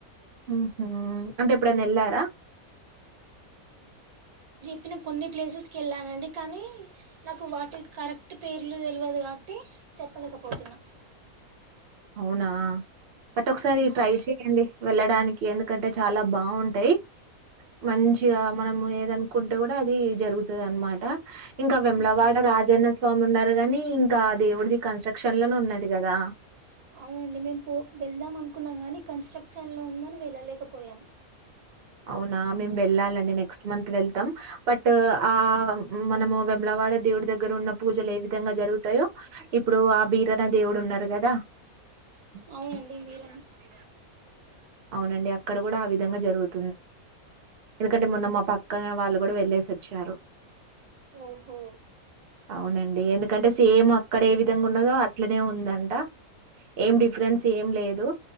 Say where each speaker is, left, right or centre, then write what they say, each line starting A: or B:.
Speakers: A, on the right; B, on the right.
A: ఆహ అంటే ఇప్పుడ నెళ్లారా
B: చెప్పినను కొన్ని ప్లేసెస్కి వెళ్ళానండి కానీ నాకు వాటి కరెక్ట్ పేర్లు తెలియదు కాబట్టి చెప్పలేకపోతున్నా
A: అవునా బట్ ఒకసారి
B: ఆ,
A: ట్రై చేయండి వెళ్ళడానికి ఎందుకంటే చాలా బాగుంటాయి మంచిగా మనం ఏదనుకుంటే కూడా అది జరుగుతుంది అనమాట ఇంకా విమ్లవాడ
B: ఉమ్,
A: రాజన్న స్వామి ఉన్నారు గాని ఇంకా దేవుడిది కన్స్ట్రక్షన్ లోనే ఉన్నది కదా
B: అవునండి మేము పో వెళ్దాం అనుకున్నాం కానీ కన్స్ట్రక్షన్లో ఉందని వెళ్ళలేకపోయాం
A: అవునా మేము వెళ్ళాలండి నెక్స్ట్ మంత్ వెళ్తాం బట్ ఆ మనము వెమ్లవాడ దేవుడి దగ్గర ఉన్న పూజలు ఏ విధంగా జరుగుతాయో ఇప్పుడు ఆ బీరనా దేవుడు ఉన్నారు కదా
B: అవునండి వీర
A: అవునండి అక్కడ కూడా ఆ విధంగా జరుగుతుంది ఎందుకంటే మొన్న మా పక్కన వాళ్ళు కూడా వెళ్లేసి వచ్చారు
B: ఓహో
A: అవునండి ఎందుకంటే సేమ్ అక్కడ ఏ విధంగా ఉన్నదో అట్లనే ఉందంట ఏం డిఫరెన్స్ ఏం లేదు